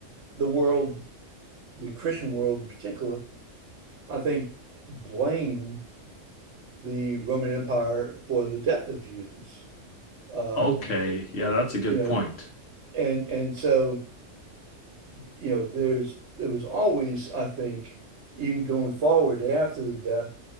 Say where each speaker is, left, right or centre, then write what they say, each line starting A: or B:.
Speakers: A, on the right (about 65°); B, on the left (about 55°).
A: the world, the Christian world in particular, I think blame the Roman Empire for the death of Jesus. Um,
B: Okay, yeah, that's a good
A: you know,
B: point.
A: and and so, you know, there's there was always, I think, even going forward after the death,